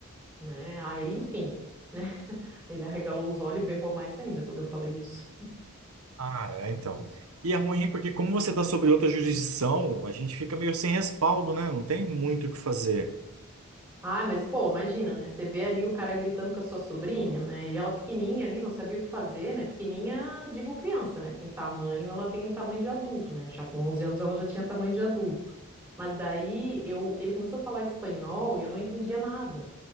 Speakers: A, on the right (about 15°); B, on the right (about 80°).
A: né? Aí, enfim, né? Ele arregalou os olhos e berrou mais ainda quando eu falei isso.
B: Ah, é, então. E é ruim porque como você está sobre outra jurisdição, a gente fica meio sem respaldo, né? Não tem muito o que fazer.
A: Ai, mas pô, imagina, né? Você vê ali o cara gritando com a sua sobrinha, né? E ela pequenininha ali, não sabia o que fazer, né? Pequenininha, digo criança, né? Porque em tamanho ela tem tamanho de adulto, né? Já com 11 anos ela já tinha tamanho de adulto. Mas daí eu, ele começou a falar espanhol e eu não entendia nada.